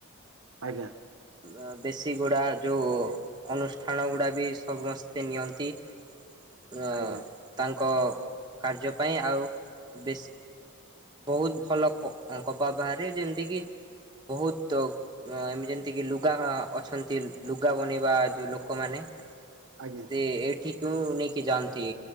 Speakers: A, on the right (about 65°); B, on the right (about 20°).
A: ଆଜ୍ଞା।
B: ନା ଦେଶୀଗୁଡ଼ା ଯୋଉ ଅନୁଷ୍ଠାନ ଗୁଡ଼ା ବି ସମସ୍ତେ ନିଅନ୍ତି ଅ
A: ଆଜ୍ଞା ଆଜ୍ଞା
B: ତାଙ୍କ କାର୍ଯ୍ୟ ପାଇଁ ଆଉ ବେଶୀ ବୋହୁତ ଭଲ କ-ଅ-କପା ବାହାରେ ଯେମତି କିି ବୋହୁତ ଅ ଏମ୍ ଯେନ୍ ଯେତିକି ଲୁଗା ବା ଅଛନ୍ତି ଲୁଗା ବନେଇବା ଯୋଉ ଲୋକମାନେ
A: ଆଜ୍ଞା
B: ସିଏ ଏଇଠିକ୍ କୁ ନେଇକି ଯାଆନ୍ତି